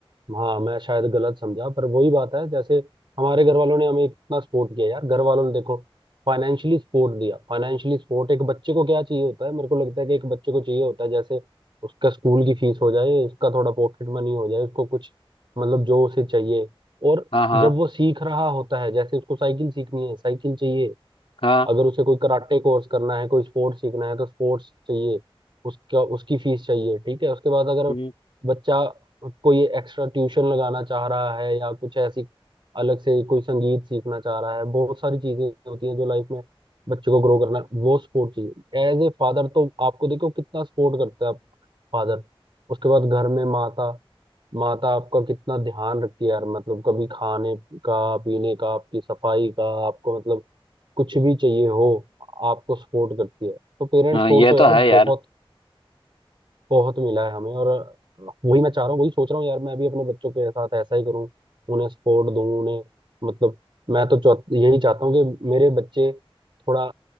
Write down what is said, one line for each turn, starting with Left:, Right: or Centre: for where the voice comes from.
Right: हाँ मैं शायद गलत समझा पर वही बात है जैसे हमारे घर वालों ने हमें इतना सपोर्ट किया यार घर वालों ने देखो फाइनेंशियली सपोर्ट दिया फाइनेंशियली सपोर्ट एक बच्चे को क्या चाहिए होता है मेरे को लगता है कि एक बच्चे को चाहिए होता है जैसे उसका स्कूल की फीस हो जाए उसका थोड़ा पॉकेट मनी हो जाए उसको कुछ मतलब जो उसे चाहिए और
Left: हाँ हाँ
Right: जब वो सीख रहा होता है जैसे उसको साइकिल सीखनी है साइकिल चाहिए
Left: हाँ
Right: अगर उसे कोई कराटे कोर्स करना है कोई स्पोर्ट्स सीखना है तो स्पोर्ट्स चाहिए उसका उसकी फीस चाहिए ठीक है उसके बाद अगर
Left: हम्म
Right: बच्चा कोई एक्स्ट्रा ट्यूशन लगाना चाह रहा है या कुछ ऐसी अलग से कोई संगीत सीखना चाह रहा है बहुत सारी चीजें होती हैं जो लाइफ में बच्चे को ग्रो करना है वो सपोर्ट चाहिए एज ए फादर तो आपको देखो कितना सपोर्ट करता है फादर उसके बाद घर में माता माता आपका कितना ध्यान रखती है यार मतलब कभी खाने का पीने का आपकी सफाई का आपको मतलब कुछ भी चाहिए हो आपको सपोर्ट करती है तो पेरेंट्स
Left: हाँ
Right: सपोर्ट
Left: ये
Right: तो यार
Left: तो है यार
Right: बहुत बहुत मिला है हमें और वही मैं चाह रहा हूँ वही सोच रहा हूँ यार मैं भी अपने बच्चों के साथ ऐसा ही करूँ उन्हें सपोर्ट दूँ उन्हें मतलब मैं तो चौ- यही चाहता हूँ कि मेरे बच्चे थोड़ा